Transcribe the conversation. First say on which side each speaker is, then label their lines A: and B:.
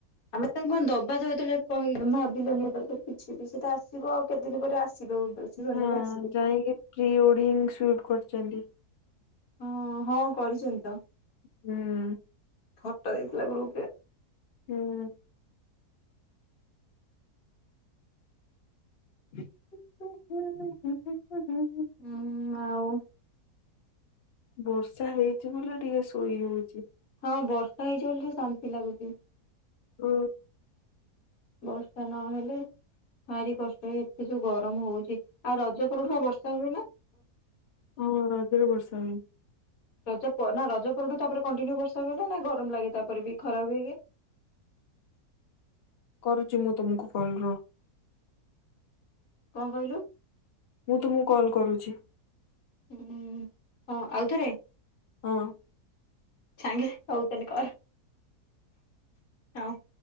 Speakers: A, on the left; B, on the left.
A: ଆମେ ତାଙ୍କୁ କଣ ଦବା ତ ଏତେବେଳେ ଯାଏ କହିଲୁ। ଭାବିଲୁନି! ଏତେବେଳେ କିଛି ବି ସେ ତ ଆସିବ, ଆଉ କେତେ ଦିନ ପରେ ଆସିବ? ସେ ସୋନା
B: ହଁ,
A: ବି ଆସିବେ
B: ଯାଇଁକି ପ୍ରି ୱେଡିଙ୍ଗ୍ ସୁଟ କରୁଚନ୍ତି।
A: ହଁ, ହଁ, କରିଛନ୍ତି ତ!
B: ହୁଁ।
A: ଫ ଟ ଦେଇଥିଲା ଗ୍ରୁପ୍ ରେ
B: ହୁଁ। <inaudible>
A: ହୁଁ ଆଉ।
B: ବର୍ଷା ହେଇଛି ବୋଲି ଟିକେ ଶୋଇ ହଉଛି।
A: ହଁ, ବର୍ଷା ହେଇଚି ବୋଲି ଶାନ୍ତି ଲାଗୁଛି।
B: ଉ
A: ବର୍ଷା ନହେଲେ, ଭାରି କଷ୍ ଏ ଏତେ ଯୋଉ ଗରମ ହଉଛି, ଆଉ ରଜ ପରଠୁ ଆ ବର୍ଷା ହୁଏ ନା?
B: ହଁ, ରଜରେ ବର୍ଷ ହୁଏ।
A: ରଜ ନା ରଜ ପରଠୁ ତାପରେ କଣ୍ଟିନ୍ୟୁ ବର୍ଷା ହୁଏ ନା ଗରମ ଲାଗେ, ତାପରେ ବି ଖରା ହୁଏ କି?
B: କରୁଛି, ମୁଁ ତମକୁ କଲ୍ ରୁହ।
A: କଣ କହିଲୁ?
B: ମୁଁ ତୁମକୁ କଲ୍ କରୁଛି।
A: ହୁଁ, ହଁ ଆଉଥରେ!
B: ହଁ।
A: ସାଙ୍ଗେ ସଙ୍ଗେ କହୁଛନ୍ତି କର ହଁ।